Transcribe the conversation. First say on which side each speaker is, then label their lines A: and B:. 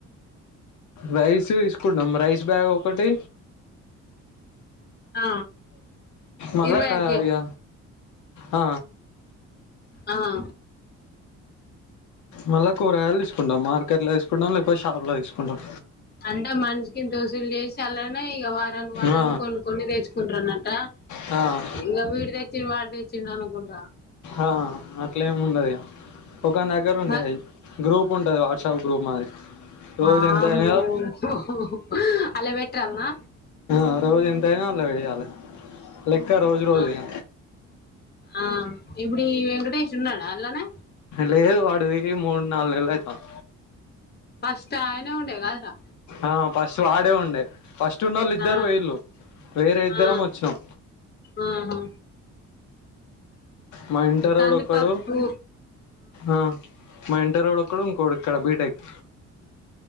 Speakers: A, on the left (about 75°); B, on the left (about 35°).
A: రైస్ తీసుకుంటాం రైస్ బ్యాగ్ ఒకటి
B: ఆ
A: మళ్ళకా
B: ఇరవై ఐదు
A: ఇగ ఆ
B: ఆహ
A: మళ్ళా కూరగాయలు తీసుకుంటాం మార్కెట్ లో తీసుకుంటాం లేకపోతే షాప్ లో తీసుకుంటాం
B: అంటే మనిషికి దోసిలు చేసి అలానే ఇక వారాన్ని వారాన్ని
A: ఆ
B: కొను కొని తెచ్చుకుంటారనట
A: ఆ
B: ఇంకా వీడి తెచ్చిండు వాడు తెచ్చిండు అనకుంట
A: ఆ అట్లా ఏం ఉండదు ఒకన్ దగ్గర ఉండేవి
B: మరి
A: గ్రూప్ పు ఉంటది వాట్సప్ గ్రూప్ మాది
B: వామ్మో
A: రోజు ఎంత అయినాయో
B: ఓహు అల బట్రల్నా
A: ఆ రోజు ఎంత అయినయో అలా వెయాలి లెక్క రోజు రోజు
B: ఆ
A: ఇగ
B: ఆ ఇప్పుడు ఈ వెంకటేశ్ ఉన్నడ అన్లనే
A: లేదు వాడు వికి మూడు నాలుగు నెల అయితాంది
B: ఫస్ట్ అయనే ఉండే కదర
A: ఆ ఫస్ట్ వాడే ఉండే ఫస్ట్ ఉన్న వాళ్ళు ఇద్దరు
B: ఆ
A: వేళ్లు వేరే ఇద్దరం
B: ఆ
A: వచ్చినాం
B: ఆహా
A: మా ఇంటరోడు
B: ఈ కందిపప్పు
A: ఒక్కడు ఆ మా ఇంటరోడ్ ఒక్ ఒక్కడు ఇంకోక్కడు ఇక్కడ బీటెక్